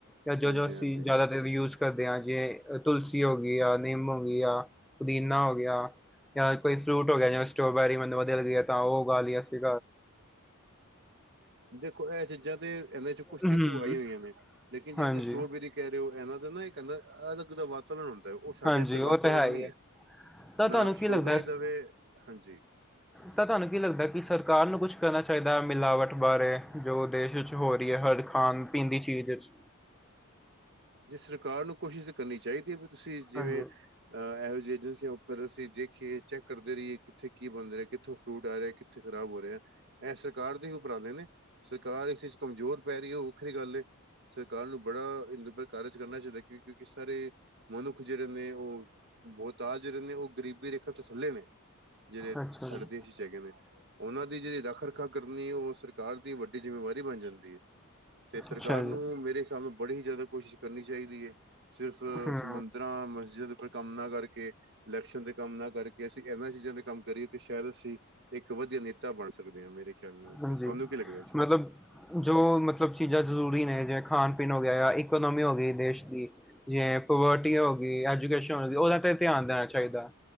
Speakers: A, in the centre; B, on the right.
A: ਜਾਂ ਜੋ-ਜੋ
B: ਹਾਂਜੀ
A: ਅਸੀਂ
B: ਹਾਂਜੀ
A: ਜ਼ਿਆਦਾ ਦੇਰ ਯੂਜ ਕਰਦੇ ਹਾਂ ਜੇ ਤੁਲਸੀ ਹੋ ਗਈ ਆ ਨਿੰਮ ਹੋ ਗਈ ਆਂ। ਪੁਦੀਨਾ ਹੋ ਗਿਆ ਜਾਂ ਕੋਈ ਫਰੂਟ ਹੋ ਗਿਆ। ਜਿਵੇ ਸਟ੍ਰੋਬੈਰੀ ਮੈਨੂੰ ਵਧੀਆ ਲੱਗਦੀ ਆ। ਤਾਂ ਉਹ ਉਗਾਲਿਆਂ ਸੀ।
B: ਦੇਖੋ ਇਹ ਚੀਜ਼ਾਂ ਤੇ ਇਹਦੇ 'ਚ ਕੁੱਛ
A: ਹੂੰ,
B: ਤੇ ਅਸੀ ਉਗਾਈਆਂ ਹੋਈਆਂ ਨੇ। ਲੇਕਿਨ ਜਿਸ
A: ਹਾਂਜੀ,
B: ਦੀ ਸਟ੍ਰੋਬੇਰੀ ਕਹਿ ਰਹੇ ਹੋ। ਇਹਨਾਂ ਦਾ ਨਾ ਕਹਿੰਦਾ ਅਲੱਗ ਤੋਂ ਵਾਤਾਵਰਨ ਉਹ ਸਾਡੇ
A: ਹਾਂਜੀ
B: ਇੱਧਰ
A: ਉਹ
B: ਵਾਤਾਵਰਨ
A: ਤਾਂ ਹੈ
B: ਨਹੀਂ
A: ਹੀ ਹੈ,
B: ਆ।
A: ਤਾਂ
B: ਨਾ
A: ਤੁਹਾਨੂੰ ਕੀ
B: ਸਟੋਬਰੀ
A: ਲੱਗਦਾ
B: ਦੇਵੇ ਹਾਂਜੀ।
A: ਤਾਂ ਤੁਹਾਨੂੰ ਕੀ ਲੱਗਦਾ ਕਿ ਸਰਕਾਰ ਨੂੰ ਕੁਛ ਕਰਨਾ ਚਾਹੀਦਾ ਮਿਲਾਵਟ ਬਾਰੇ ਜੋ ਦੇਸ਼ ਵਿੱਚ ਹੋ ਰਹੀ ਏ ਹਰ। ਖਾਣ-ਪੀਣ ਚੀਜ਼ ਵਿੱਚ।
B: ਜੇ ਸਰਕਾਰ ਨੂੰ ਕੋਸ਼ਿਸ਼ ਤੇ ਕਰਨੀ ਚਾਹੀਦੀ ਏ ਵੀ ਤੁਸੀ ਜਿਵੇਂ
A: ਹਾਂਜੀ
B: ਅਹ ਇਹੋ ਜਿਹੀ ਏਜੰਸੀਆਂ ਉੱਪਰ ਅਸੀ ਦੇਖੀਏ ਚੈੱਕ ਕਰਦੇ ਰਹੀਏ। ਕਿੱਥੇ ਕੀ ਬਣ ਰਿਹਾ, ਕਿੱਥੋਂ ਫਰੂਟ ਆ ਰਿਹਾ? ਉੱਥੇ ਖ਼ਰਾਬ ਹੋ ਰਿਹਾ। ਇਹ ਸਰਕਾਰ ਦੇ ਹੀ ਉਪਰਾਲੇ ਨੇ ਸਰਕਾਰ ਇਸ 'ਚ ਕਮਜ਼ੋਰ ਪੈ ਰਹੀ ਏ। ਉਹ ਵੱਖਰੀ ਗੱਲ ਏ। ਸਰਕਾਰ ਨੂੰ ਬੜਾ ਇਹ ਨਿਰਭਰ ਕਾਰਜ ਕਰਨਾ ਚਾਹੀਦਾ ਕਿ ਕਿਸ ਤਰ੍ਹਾਂ ਮਨੁੱਖ ਜਿਹੜੇ ਨੇ ਉਹ ਬਹੁਤਾ ਜੋ ਰਹਿੰਦੇ ਨੇ ਉਹ ਗਰੀਬੀ ਰੇਖਾ ਤੋਂ ਥੱਲੇ ਨੇ। ਜਿਹੜੇ
A: ਅੱਛਾ
B: ਸਾਡੇ
A: ਜੀ
B: ਦੇਸ਼ 'ਚ ਹੈਗੇ ਨੇ। ਉਹਨਾਂ ਦੀ ਜਿਹੜੀ ਰੱਖ-ਰੱਖਾ ਕਰਨੀ ਉਹ ਸਰਕਾਰ ਸਰਕਾਰ ਦੀ ਵੱਡੀ ਜਿੰਮੇਬਾਰੀ ਬਣ ਜਾਂਦੀ ਏ ਤੇ ਸਰਕਾਰ
A: ਅੱਛਾ ਜੀ
B: ਨੂੰ ਮੇਰੇ ਹਿਸਾਬ ਨਾਲ ਬੜੀ ਹੀ ਜ਼ਿਆਦਾ ਕੋਸ਼ਿਸ਼ ਕਰਨੀ ਚਾਹੀਦੀ ਏ। ਸਿਰਫ
A: ਹੂੰ
B: ਸਮੁੰਦਰਾਂ, ਮਸਜਿਦ ਕੋਈ ਕੰਮ ਨਾ ਕਰਕੇ ਲੈਕਸ਼ਨ ਦੇ ਕੰਮ ਨਾ ਕਰਕੇ ਅਸੀਂ ਇਹਨਾਂ ਚੀਜ਼ਾਂ ਦੇ ਕੰਮ ਕਰੀਏ, ਤੇ ਸ਼ਾਇਦ ਅਸੀਂ ਇੱਕ ਵਧੀਆ ਨੇਤਾ ਬਣ ਸਕਦੇ ਹਾਂ। ਮੇਰੇ ਖਿਆਲ ਨਾਲ
A: ਹਾਂਜੀ
B: ਤਾਂ ਤੁਹਾਨੂੰ ਕੀ ਲੱਗਦਾ ਜੀ?
A: ਮਤਲਬ ਜੋ ਮਤਲਬ ਚੀਜ਼ਾਂ ਜ਼ਰੂਰੀ ਨੇ ਜਿਵੇਂ ਖਾਣ-ਪੀਣ ਹੋ ਗਿਆ ਜਾਂ ਇਕੋਨੋਮੀ ਹੋ ਗਈ ਦੇਸ਼ ਦੀ। ਜਿਵੇਂ ਪਵੋਟੀ ਹੋ ਗਈ, ਐਜੂਕੇਸ਼ਨ ਹੋ ਗਈ। ਉਹਨਾਂ ਤੇ ਤੇ ਧਿਆਨ ਦੇਣਾ ਚਾਹੀਦਾ।